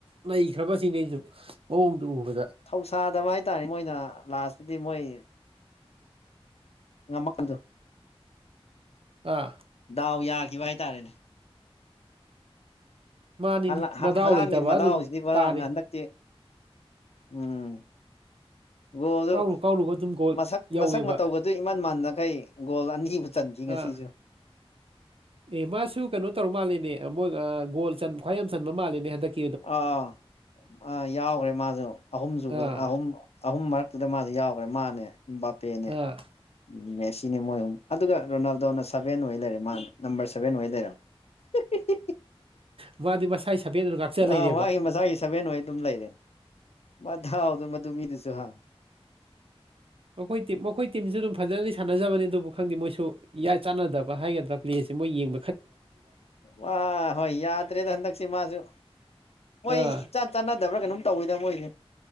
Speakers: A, on the right; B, on the left.
A: ꯅꯩꯈ꯭ꯔꯕꯁꯤꯡꯅꯦ ꯑꯩꯁꯨ ꯃꯑꯣꯡꯗꯨ ꯎꯕꯗ
B: ꯊꯧꯁꯥꯗꯕ ꯍꯥꯏꯇꯥꯔꯦ ꯃꯣꯏꯅ ꯂꯥꯁꯇꯗꯤ ꯃꯣꯏ ꯉꯝꯃꯛꯄꯗꯣ
A: ꯑꯥ
B: ꯗꯥꯎ ꯌꯥꯈꯤꯕ ꯍꯥꯏꯇꯥꯔꯦꯅꯦ
A: ꯃꯥꯅꯤꯅꯦ
B: ꯍꯥꯂꯥ
A: ꯃꯗꯥꯎ
B: ꯍꯂꯥꯟꯒꯤ
A: ꯂꯩꯇꯕ
B: ꯃꯗꯥꯎꯁꯤꯗꯤ
A: ꯑꯗꯨꯝ
B: ꯄ‌ꯣꯔꯥ
A: ꯇꯥꯔꯦ
B: ꯍꯟꯗꯛ ꯎꯝ ꯒꯣꯜꯁꯨ
A: ꯀꯥꯎꯔꯨ ꯀꯥꯎꯔꯨꯕ ꯑꯗꯨꯝ ꯒꯣꯜ
B: ꯃꯁꯛ
A: ꯌꯧꯋꯦꯕ
B: ꯃꯁꯛ ꯃꯇꯧꯒꯗꯨ ꯏꯃꯥꯟ ꯃꯥꯟꯅꯈꯩ ꯒꯣꯜ ꯑꯅꯤꯕꯨ ꯆꯟꯈꯤ ꯉꯁꯤꯁꯨ
A: ꯑꯥ ꯑꯦ ꯃꯥꯁꯨ ꯀꯩꯅꯣ ꯇꯧꯔ ꯃꯥꯜꯂꯦꯅꯦ ꯃꯣꯏ ꯒꯣꯜ ꯈ꯭ꯋꯥꯏ ꯌꯥꯝ ꯆꯟꯕ ꯃꯥꯜꯂꯦꯅꯦ ꯍꯟꯗꯛꯀꯤ
B: ꯑꯥ ꯑꯥ ꯌꯥꯎꯈ꯭ꯔꯦ ꯃꯥꯁꯨ ꯑꯍꯨꯝꯁꯨꯨꯕꯗ
A: ꯑꯥ
B: ꯑꯍꯨꯝ ꯑꯍꯨꯝ ꯃꯔꯛꯇꯨꯗ ꯃꯥꯁꯨ ꯌꯥꯎꯈ꯭ꯔꯦ ꯃꯥꯅꯦ ꯕꯥꯄꯦꯅꯦ
A: ꯑꯥ
B: ꯎꯝ ꯃꯦꯁꯤꯅꯤ ꯃꯣꯏ ꯑꯍꯨꯝ ꯑꯗꯨꯒ ꯔꯣꯅꯥꯜꯗꯣꯅ ꯁꯚꯦꯟ ꯑꯣꯏ ꯂꯩꯔꯦ ꯃꯥꯅ ꯅꯝꯕꯔ ꯁꯚꯦꯟ ꯑꯣꯏ ꯂꯩꯔꯕ ꯍꯤ ꯍꯤ ꯍꯤ
A: ꯃꯥꯗꯤ ꯃꯁꯥꯏ ꯁꯕꯦꯟ ꯑꯗꯨꯝ ꯉꯥꯛꯆ ꯂꯩꯔꯦꯕ
B: ꯑꯥ ꯃꯥꯒꯤ ꯃꯁꯥꯒꯤ ꯁꯕꯦꯟ ꯑꯣꯏ ꯑꯗꯨꯝ ꯂꯩꯔꯦ ꯃꯊꯥꯎꯗꯣ ꯃꯗꯨ ꯃꯤꯗꯨꯁꯨ ꯍꯥ
A: ꯑꯈꯣꯏ ꯇꯤꯝ ꯃꯈꯣꯏ ꯇꯤꯝꯁꯨ ꯑꯗꯨꯝ ꯐꯖꯅꯗꯤ ꯁꯥꯟꯅꯖꯕꯅꯦ ꯑꯗꯨꯕꯨ ꯈꯪꯗꯦ ꯃꯣꯏꯁꯨ ꯏꯌꯥ ꯆꯥꯟꯅꯗꯕ ꯍꯥꯏꯒꯗ꯭ꯔꯥ ꯄ꯭ꯂꯦꯁꯦ ꯃꯣꯏ ꯌꯦꯡ
B: ꯋꯥ ꯍꯣꯏ ꯌꯥꯗ꯭ꯔꯦꯗ ꯍꯟꯗꯛꯁꯤ ꯃꯥꯁꯨ ꯃꯣꯏ
A: ꯑꯥ
B: ꯏꯆꯥꯟ ꯆꯥꯟꯅꯗꯕ꯭ꯔꯥ ꯀꯩꯅꯣꯝ ꯇꯧꯋꯤꯗ ꯃꯣꯏꯁꯦ